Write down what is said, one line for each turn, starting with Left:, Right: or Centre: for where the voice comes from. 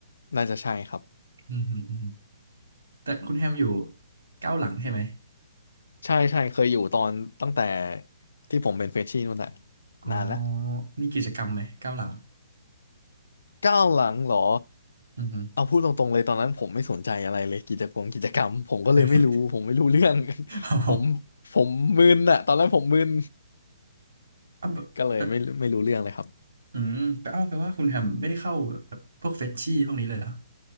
Left: น่าจะใช่ครับ
Right: อืมอืมอืมแต่คุณแฮมอยู่เก้าหลังใช่ไหม
Left: ใช่ใช่เคยอยู่ตอนตั้งแต่ที่ผมเป็นเฟรชชี่นู่นน่ะ
Right: อ๋อ
Left: นานแล้ว
Right: มีกิจกรรมไหมเก้าหลัง
Left: ก้าวหลังเหรอ
Right: อือหือ
Left: เอาพูดตรงๆเลยตอนนั้นผมไม่สนใจอะไรเลยกิจกรรมกิจกรรมผมก็เลยไม่รู้ผมไม่รู้เรื่อง
Right: <laughs>
Left: <laughs>
Right: อ๋อ
Left: ผมผมมึนอะตอนนั้นผมมึน
Right: อ้าวแบบแบบ
Left: ก็เลยไม่ไม่รู้เรื่องเลยครับ
Right: อืมแปลเอ้าวแปลว่าคุณแฮมไม่ได้เข้าแบบพวกเฟชชี่พวกนี้เลยเหรอ